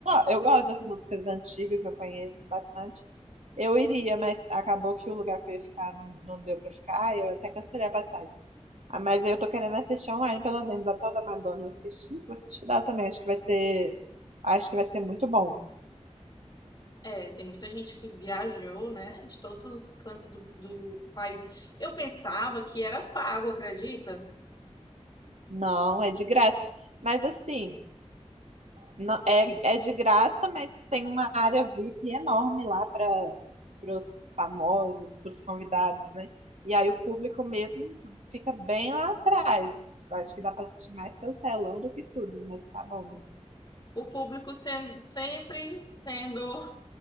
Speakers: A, on the right; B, on the left.
A: eu gosto das músicas antigas, eu conheço bastante. Eu iria, mas acabou que o lugar que eu ia ficar não, não deu pra ficar, eu até cancelei a passagem. Ah, mas eu tô querendo assistir online, pelo menos, até o da Madonna eu assisti, vou assistir dela também, acho que vai ser, acho que vai ser muito bom.
B: É, tem muita gente que viajou, né, de todos os cantos do, do país. Eu pensava que era pago, acredita?
A: Não, é de graça. Mas assim. Não- é, é de graça, mas tem uma área VIP enorme lá para os famosos, para os convidados, né? E aí o público mesmo fica bem lá atrás. Acho que dá para assistir mais pelo telão do que tudo, mas tá bom, né?
B: o público sendo, sempre sendo